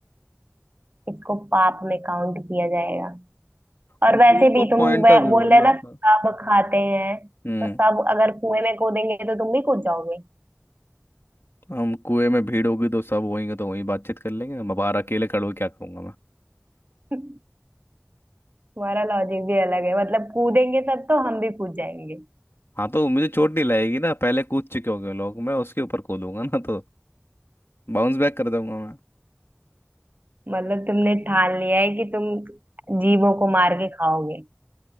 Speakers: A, on the right (about 45°); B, on the left (about 65°).
A: इसको पाप में काउंट किया जाएगा और
B: वो
A: वैसे
B: तो
A: भी तुम
B: पॉइंट
A: वे-
B: ऑफ व्यू
A: बोल
B: है
A: रहे
B: ना
A: ना
B: अपना
A: सब खाते हैं
B: हम्म
A: तो सब अगर कुएं में कूदेंगे तो तुम भी कूद जाओगे
B: हम कुएं में भीड़ होगी तो सब होएंगे तो वहीं बातचीत कर लेंगे मैं बाहर अकेले खड़ा होके क्या करूंगा मैं
A: <laughs> तुम्हारा लॉजिक भी अलग है मतलब कूदेंगे सब तो हम भी कूद जाएंगे
B: हाँ तो मुझे चोट नहीं लगेगी ना पहले कूद चुके होंगे लोग मैं उसके ऊपर कूदूंगा ना तो। बाउंस बैक कर दूंगा मैं
A: मतलब तुमने ठान लिया है कि तुम जीवों को मार के खाओगे